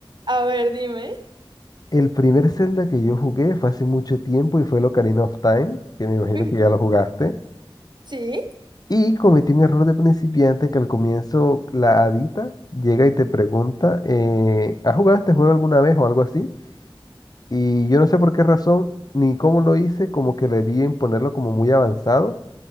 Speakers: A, on the right (about 55°); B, on the left (about 45°).
A: a ver, dime.
B: El primer Zelda que yo jugué fue hace mucho tiempo y fue el Ocarina of Time, que me imagino
A: Ujú,
B: que ya lo jugaste.
A: Sí,
B: Y cometí un error de principiante que al comienzo la adita llega y te pregunta, eh, ¿has jugado este juego alguna vez o algo así? Y yo no sé por qué razón ni cómo lo hice, como que le di en ponerlo como muy avanzado